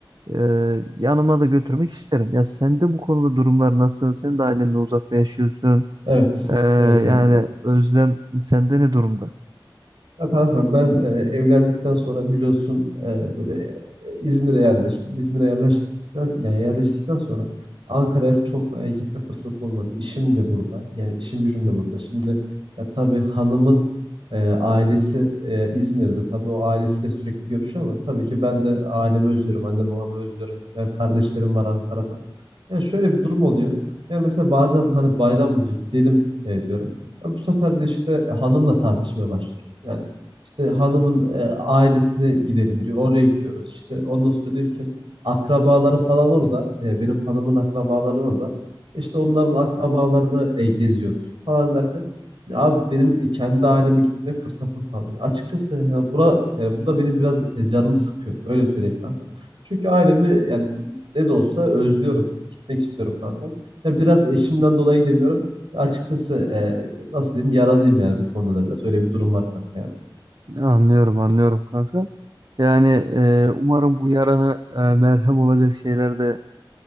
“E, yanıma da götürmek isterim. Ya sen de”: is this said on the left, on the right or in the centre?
Right